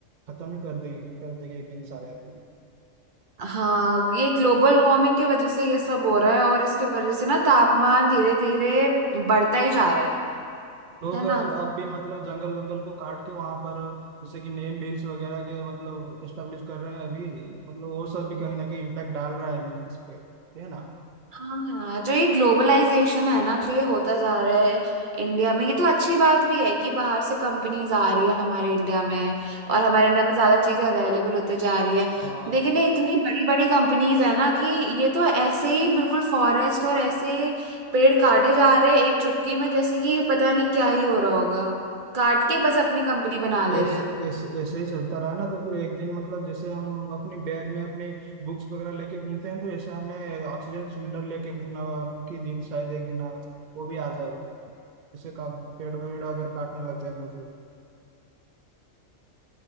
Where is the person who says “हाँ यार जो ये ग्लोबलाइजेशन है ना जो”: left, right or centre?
Right